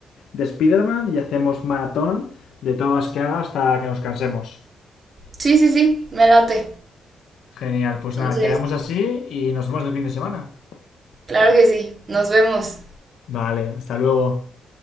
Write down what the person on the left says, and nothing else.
de Spiderman y hacemos maratón de todas las que haga hasta que nos cansemos.
Genial, pues
nada, quedamos así y nos vemos el fin de semana.
Vale, hasta luego.